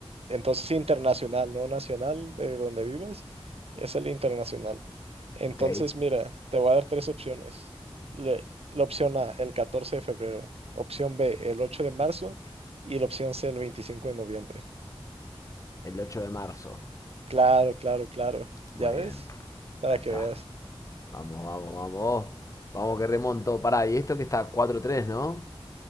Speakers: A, on the right (about 85°); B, on the left (about 35°).
A: Entonces, internacional, no nacional, de donde vivas, es el internacional. Entonces,
B: Ok,
A: mira, te voy a dar tres opciones. Le- la opción A, el 14 de febrero. Opción B, el 8 de marzo. Y la opción C, el 25 de noviembre.
B: el 8 de marzo.
A: Claro, claro, claro.
B: Muy
A: ¿Ya ves?
B: bien.
A: Para
B: Ahí
A: que
B: está.
A: veas.
B: Vamos, vamos, vamos. Vamos que remonto. Pará, y esto que está cuatro tres ¿no?